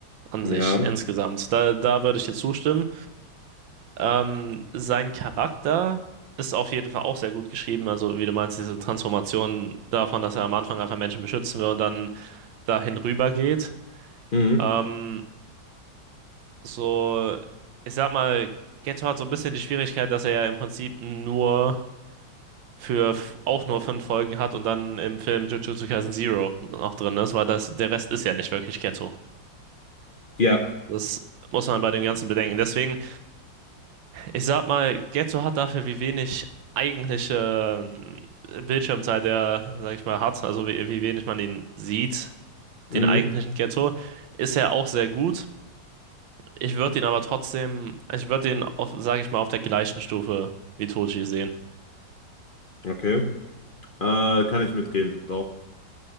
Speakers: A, on the right (about 80°); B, on the left (about 50°).
A: an
B: Ja.
A: sich insgesamt. Da, da würde ich dir zustimmen. Ähm, sein Charakter ist auf jeden Fall auch sehr gut geschrieben. Also, wie du meinst, diese Transformation davon, dass er am Anfang einfach Menschen beschützen will und dann dahin rüber geht.
B: Mhm.
A: Ähm, so, ich sag mal, Geto hat so ein bisschen die Schwierigkeit, dass er ja im Prinzip nur für auch nur fünf Folgen hat und dann im Film Jujutsu Kaisen Zero noch drin ist, weil das, der Rest ist ja nicht wirklich Geto.
B: Ja.
A: Das muss man bei dem Ganzen bedenken. Deswegen. Ich sag mal, Getzo hat dafür, wie wenig eigentliche ähm, Bildschirmzeit er, sag ich mal, hat, also wie, wie wenig man ihn sieht,
B: Mhm.
A: den eigentlichen Getzo, ist er auch sehr gut. Ich würde ihn aber trotzdem, ich würde ihn, auf, sag ich mal, auf der gleichen Stufe wie Toji sehen.
B: Okay. Äh, kann ich mitgehen, doch.